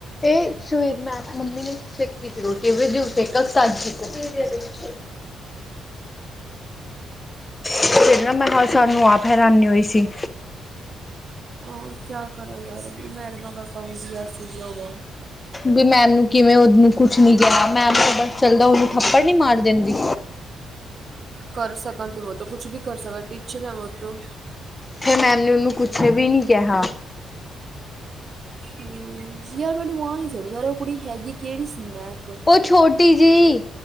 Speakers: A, on the left; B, on the right.
A: ਏਹ ਸੁਏ ਮੈਂ ਮੰਮੀ ਨੇ <unintelligible> ਫਿਰ ਮੈਂ ਹ ਸਾਨੂੰ ਆਪ ਹੈਰਾਨੀ ਹੋਈ ਸੀ।
B: ਹਾਂ ਕਆ ਕਰਾਂ ਯਾਰ ਮੈਡਮਾ ਕਾ ਕੰਮ ਵੀ ਐਸੇ ਈ ਹੋਵਾ।
A: ਵੀ ਮੈਮ ਨੂੰ ਕਿਵੇਂ ਓਹਨੂੰ ਕੁਛ ਨੀ ਕਹਿਆ, ਮੈਮ ਦਾ ਬਸ ਚਲਦਾ ਓਹਨੂੰ ਥੱਪੜ ਨੀ ਮਾਰ ਦੇੰਦੀ।
B: ਕਰ ਸਕਣ ਤਾਂ ਬੋਤ ਕੁਛ ਵੀ ਕਰ ਸਕਣ ਟੀਚਰ ਹੈਂ ਵੋ ਤੋ।
A: ਫੇਰ ਮੈਮ ਨੇ ਔਨੂੰ ਕੁਛ ਵੀ ਨੀ ਕਿਹਾ।
B: ਹੂੰ, ਯਾਰ ਮੈਨੂੰ ਆ ਨੀ ਸਮਝ ਆ ਰਿਹਾ ਓਹ ਕੁੜੀ ਹੈਗੀ ਕੇਹੜੀ ਸੀ ਮੈਹਕ।
A: ਓ ਛੋਟੀ ਜੀ